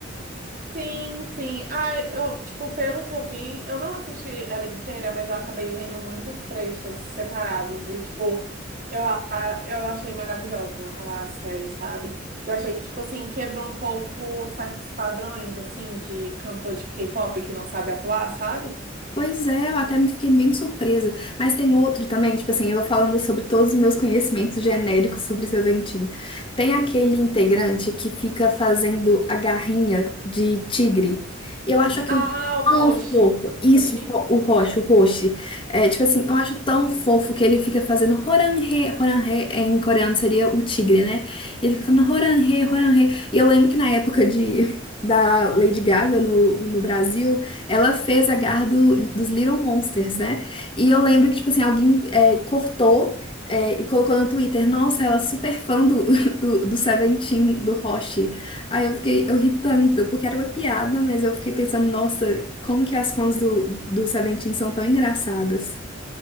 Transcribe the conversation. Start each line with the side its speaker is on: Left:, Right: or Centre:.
Right: Sim, sim. Ah, eu, tipo, pelo que eu vi, eu não assisti ela inteira, mas eu acabei vendo muitos trechos separados e, tipo, eu, a- eu achei maravilhosa a série, sabe? Eu achei que, tipo assim, quebrou um pouco certos padrões, assim, de cantor de K-pop que não sabe atuar, sabe?
Left: Pois é, eu até me fiquei bem surpresa. Mas tem outro também, tipo assim, eu falando sobre todos os meus conhecimentos genéricos sobre Seventeen. Tem aquele integrante que fica fazendo a garrinha de tigre. E Eu acho aquilo
Right: Ah, o
Left: tão fofo.
Right: Roshi.
Left: Isso,
Right: Roshi?
Left: ro- o Roche,
Right: Roshi.
Left: o Roche. É, tipo assim, eu acho tão fofo que ele fica fazendo Horanhe, Horanhe é, em coreano seria o tigre, né? Ele fica falando Horanhe, Horanhe. E eu lembro que na época de. Da Lady Gaga no, no Brasil, ela fez a garra do- dos Little Monsters, né? E eu lembro que, tipo assim, alguém é, cortou é, e colocou no Twitter, nossa, ela é super fã do, <laughs> do, do Seventeen, do Hoshi. Aí eu fiquei, eu ri tanto, porque era uma piada, mas eu fiquei pensando, nossa, como que as fãs do, do Seventeen são tão engraçadas.